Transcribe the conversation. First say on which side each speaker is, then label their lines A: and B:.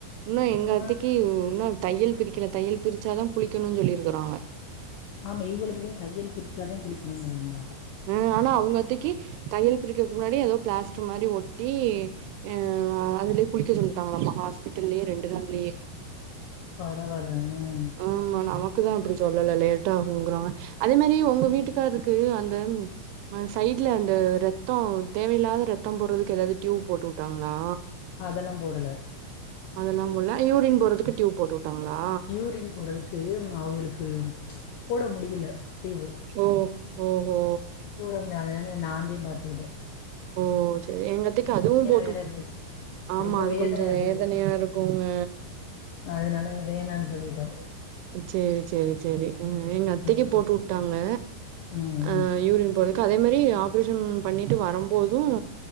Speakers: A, on the right; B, on the left.
A: இன்னோ எங்கத்தைக்கு
B: ஆ
A: இன்னோ தையல் பிரிக்கல தையல் பிரிச்சாதா குளிக்கணு சொல்லியிருக்கறாங்க
B: ஆமா இவகளுக்குமே தையல் பிரிச்சாதா குளிக்கணு சொல்லி இருந்தாங்க
A: ஹ் ஆனா அவங்கத்தைக்கு தையல் பிரிக்கதுக்கு முன்னாடியே ஏதோ பிளாஸ்டு மாரி ஒட்டி ஆஹ் அதுலயே குளிக்க சொல்லிட்டாங்கலாமா ஹாஸ்பிட்டல்லயே ரெண்டு நாள்லயே
B: பரவாலங்க ம்
A: ஆமா நமக்கு தா அப்டி சொல்லல லேட்ட ஆகுங்கறாங்க அதே மாதிரி உங்க வீட்டுக்காரு க்கு அந்த அ சைட்ல அந்த ரத்த தேவையில்லாத ரத்த போறதுக்கு ஏதாவது டியூப் போட்டு வுட்டாங்களா
B: அதெல்லா போடல
A: அதெல்லா போடுள்ள யூரின் போறதுக்கு டியூப் போட்டு வுட்டாங்களா
B: யூரிங் போறதுக்கு அவங்களுக்கு போட முடில டியூப்
A: ஓ ஓகோ
B: போட முடியல்ல அதனால நாந்த பார்த்துக்கிட்ட
A: ஓ சேரி எங்கத்தைக்கு அதுவு போட்டு
B: வேற இருந்துச்சு இது
A: ஆமா
B: ரொம்ப
A: அது
B: வேதனையா
A: கொஞ்சோ
B: இருக்குன்னு
A: வேதனையா
B: சொல்லிட்டாங்க
A: இருக்குங்க
B: அதனால வேணான்னு சொல்லிட்டோம்
A: சேரி சேரி சேரி எங்க அத்தைக்கு
B: ம்
A: போட்டுட் போங்க
B: ம்
A: ஆ யூரின் போறதுக்கு அதே மாரி ஆப்ரேஷன் பண்ணிட்டு வரம் போதும்